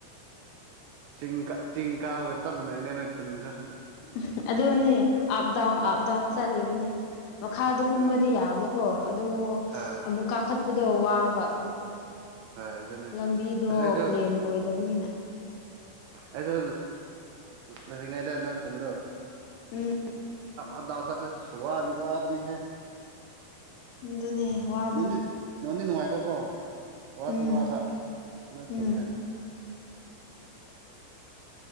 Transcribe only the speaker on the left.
ꯎꯝ ꯑꯗꯨꯅꯦ ꯑꯞꯗꯥꯎꯟ ꯑꯞꯗꯥꯎꯟ ꯆꯠꯂꯤꯕꯅꯤ ꯃꯈꯥꯗ ꯀꯨꯝꯕꯗꯤ
ꯌꯥꯕꯀꯣ ꯑꯗ
ꯑꯃꯨꯛ ꯀꯥꯈꯠꯄꯗꯣ ꯋꯥꯕ
ꯂꯝꯕꯤꯗꯣ
ꯄ꯭ꯂꯦꯟ ꯑꯣꯏꯗꯕꯅꯤꯅ
ꯎꯝ
ꯑꯗꯨꯅꯦ ꯋꯥꯕꯅꯦ
ꯎꯝ
ꯎꯝ